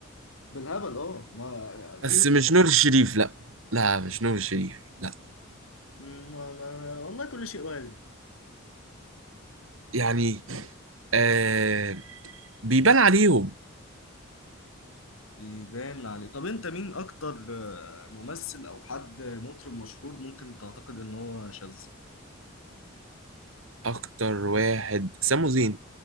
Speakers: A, on the left; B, on the right.
A: بالهبل اه ما في
B: بس مش نور الشريف لا لا مش نور الشريف لا
A: ما ما والله كل شيء وارد
B: يعني آه بيبان عليهم
A: يبان عليه طب انت مين اكتر آه، ممثل او حد مطرب مشهور ممكن تعتقد ان هو شاذ
B: اكتر واحد سامو زين